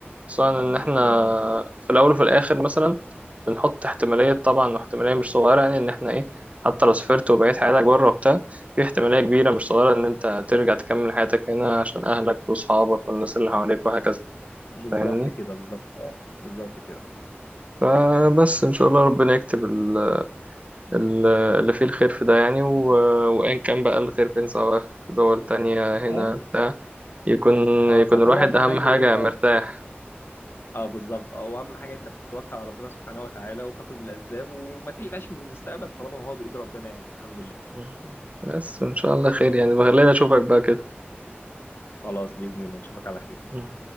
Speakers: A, on the right; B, on the left.
A: خصوصا
B: أمم،
A: ان
B: عليك
A: احنا
B: نور اه
A: في الاول وفي الاخر مثلا بنحط احتماليه طبعا واحتماليه مش صغيره يعني ان احنا ايه حتى لو سافرت وبقيت حياتك بره وبتاع في احتماليه كبيره مش صغيره ان انت ترجع تكمل حياتك هنا عشان اهلك واصحابك والناس اللي حواليك وهكذا
B: بالظبط
A: فاهمني
B: كده بالظبط اه بالظبط كده
A: فبس إن شاء الله ربنا يكتب ال- ال- اللي فيه الخير في ده يعني و- وإن كان بقى الخير فين سواء بقى في دول تانية هنا
B: اه
A: بتاع يكون
B: اه
A: يكون
B: صح
A: الواحد
B: هو اهم
A: أهم
B: حاجه
A: حاجة
B: ايه اه
A: مرتاح
B: اه بالظبط اه واهم حاجه انت بتتوكل على ربنا سبحانه وتعالى وبتاخد بالاسباب وما تقلقش من المستقبل طالما هو بايد ربنا يعني الحمد لله
A: مم. بس وإن شاء الله خير يعني بخليني أشوفك بقى كده
B: خلاص باذن الله نشوفك على خير
A: مم.